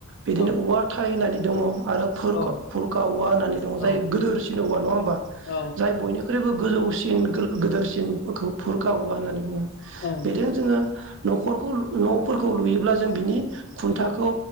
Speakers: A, on the right; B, on the left.
A: बिदिनो
B: औ
A: औवा थायोनानै दंङ आरो फुरखा
B: औ
A: बुरखां औवा होननानै दंङ
B: औ
A: जाय गोदोरसिन औवा नंङा होमबा
B: औ
A: बेख्रुइबो गोजौसिन गोदोरसिनफोरखौ फुरखा औवा होननानै बुंङो
B: औ
A: बेदों जोंङो नखरखौ नफोरखौ लुयोब्ला जों बिनि खुन्थाखौ